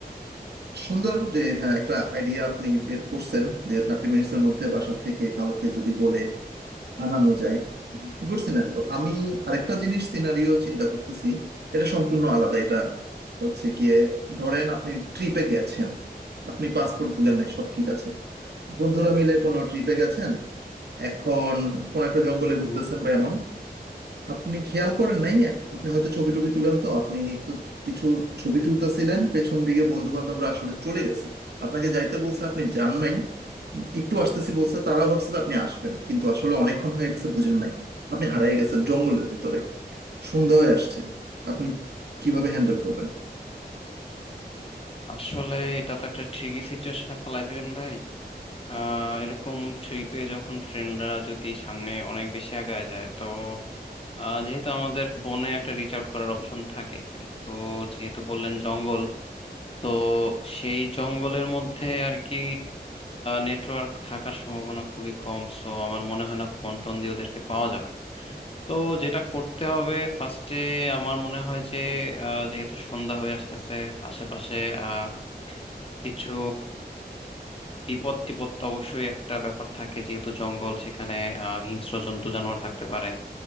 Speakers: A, on the right; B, on the left.
A: সুন্দর যে হ্যাঁ একটা আইডিয়া আপনি বের করছেন যে থার্টি মিনিটস এর মধ্যে বাসা থেকে কাউকে যদি বলে আনানো যায় গুড সিনারিও আমি আরেকটা জিনিস সিনারিও চিন্তা করতেছি এটা সম্পূর্ণ আলাদা এটা হচ্ছে গিয়ে ধরেন আপনি ট্রিপে গেছেন আপনি পাসপোর্ট ভুলেন নাই সব ঠিক আছে বন্ধুরা মিলে কোনো ট্রিপে গেছেন এখন কোন একটা জঙ্গলে ঘুরতেছেন
B: হুম।
A: বা এমন আপনি খেয়াল করেন নাই আপনি হয়তো ছবি টবি তুলেন তো আপনি একটু কিছু ছবি তুলতেছিলেন পেছন দিকে বন্ধু বান্ধবরা আসলে চলে গেছে আপনাকে যাইতে বলছে আপনি যান নাই একটু আসতেছি বলছে তারাও ভাবছে যে আপনি আসবেন কিন্তু আসলে অনেকক্ষণ হয়ে গেছে বুঝেন নাই আপনি হারিয়ে গেছেন জঙ্গলের ভেতরে সন্ধ্যা হয়ে আসছে আপনি কিভাবে হ্যান্ডেল করবেন
B: আসলে এটা তো একটা ট্রিকি সিচুয়েশনে ফেলাই দিলেন ভাই আহ এরকম ট্রিপে যখন ফ্রেন্ডরা যদি সামনে অনেক বেশি আগায় যায় তো আহ, যেহেতু আমাদের ফোনে একটা রিচ আউট করার অপশন থাকে কিন্তু যেহেতু বললেন জঙ্গল তো সেই জঙ্গলের মধ্যে আর কি নেটওয়ার্ক থাকার সম্ভাবনা খুবই কম সো আমার মনে হয় না ফোন টোন দিয়ে ওদেরকে পাওয়া যাবে তো যেটা করতে হবে ফার্স্টে আমার মনে হয় যে আহ, যেহেতু সন্ধ্যা হয়ে আসতেছে আশেপাশে আহ, কিছু বিপদ টিপদ তো অবশ্যই একটা ব্যাপার থাকে যেহেতু জঙ্গল সেখানে আহ হিংস্র জন্তু জানোয়ার থাকতে পারে